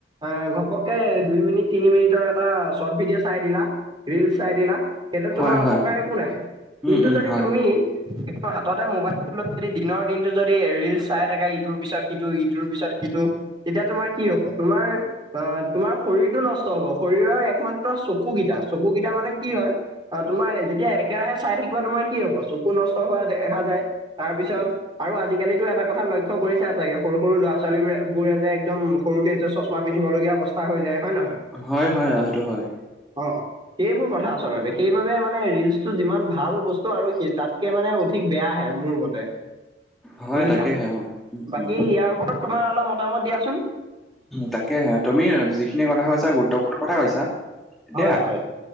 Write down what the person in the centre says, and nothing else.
হয়
হয়
উম উম
হয়
হয় -হয় অহ, সেইটো হয়।
হয়
তাকেহে অ উম
তাকেহে তুমি যিখিনি কথা কৈছা গুৰুত্বপূৰ্ণ কথা কৈছা এতিয়া